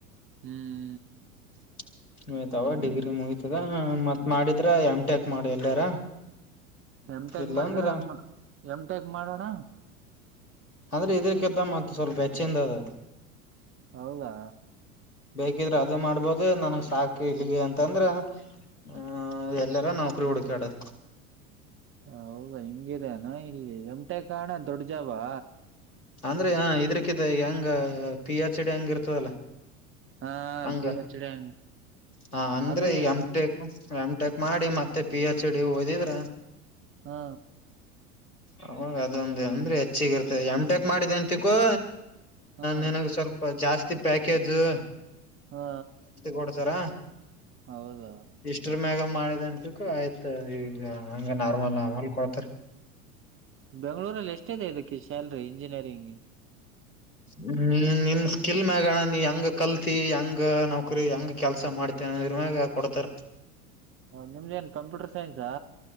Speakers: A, on the right; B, on the left.
A: ಹ್ಮ್.
B: <inaudible> ಹಯ್ತಾವ ಡಿಗ್ರಿ ಮುಗಿತದ ಮತ್ ಮಾಡಿದ್ರ ಎಮ್ ಟೆಕ್ ಮಾಡಿ ಎಲ್ಲಾರ. <inaudible>
A: ಎಮ್ ಟೇಕ್
B: ಇಲ್ಲಾಂದ್ರ
A: ಮಾಡಿದ್ರ ಎಮ್ ಟೇಕ್ ಮಾಡೋಣ.
B: ಅಂದ್ರೆ ಇದ್ಗಕಿಂತ ಮತ್ ಸ್ವಲ್ಪ ಹೆಚ್ಚಿಂದದು.
A: ಹೌದಾ.
B: ಬೇಕಿದ್ರೆ ಅದ ಮಾಡ್ಬೋದು ನನ್ಗ್ ಸಾಕು ಇಲ್ಲಿಗೆ ಅಂತಂದ್ರ. ಹ್ಮ ಎಲ್ಲರ ನೌಕರಿ ಹುಡುಕ್ಯಾಡದು.
A: ಹೌದಾ ಹಿಂಗಿದೆನ ಇಲ್ಲಿ ಎಂಟೆಕ್ ಕಾಣ ದೊಡ್ ಜಬಾ.
B: ಅಂದ್ರೆ ಹ ಇದ್ರಕ ಹೆಂಗ ಪಿ ಎಚ್ ಡಿ ಹೆಂಗ ಇರ್ತದಲ್ಲಾ.
A: ಹಾ
B: ಹಂಗ
A: ಪಿ ಎಚ್ ಡಿ ಹಂಗ
B: ಹ ಅಂದ್ರೆ
A: ಅದೇ
B: ಮಟೆಕಾ ಎಮ್ ಟೆಕ್ ಮಾಡಿ ಮತ್ತೆ ಪಿ ಎಚ್ ಡಿ ಓದಿದ್ರ
A: ಹಾ
B: ಅವಾಗ ಅದೊಂದು ಅಂದ್ರೆ ಹೆಚ್ಚ ಹೆಚ್ಚಿಗಿರ್ತ್ತೆ ಎಮ್ ಟೆಕ್ ಮಾಡಿದೆ ಅಂತಿಕೋ
A: ಹಾ
B: ನನಗ ಸ್ವಲ್ಪ ಜಾಸ್ತಿ ಪ್ಯಾಕೇಜು
A: ಹಾ
B: ಕೊಡ್ತಾರಾ
A: ಹೌದಾ
B: ಇಷ್ಟ್ರ ಮ್ಯಾಗ ಮಾಡಿದ ಅನ್ಸು ಆಯ್ತ ಈಗ ಹಂಗ ನಾರ್ಮಲ್ ಆಮಲ್ ಕೊಡ್ತಾರ
A: ಬೆಂಗಳಳೂರಲ್ಲಿ ಎಷ್ಟ ಇದೆ ಇದಕ್ಕೆ ಸ್ಯಲ್ರಿ ಇಂಜಿನಿಯರಿಂಗ್
B: ಹ್ಮ್ ನಿನ್ ಸ್ಕಿಲ್ ಮ್ಯಾಗಣ ನೀ ಹೆಂಗ ಕಲ್ತಿ ಹೆಂಗ ನೌಕರಿ ಹೆಂಗ ಕೆಲ್ಸ ಮಾಡ್ತಿ ನಿರ್ಮಾಗ ಕೊಡ್ತಾರ
A: ನಿಮ್ದೇನ್ ಕಂಪ್ಯೂಟರ್ ಸೈನ್ಸಾ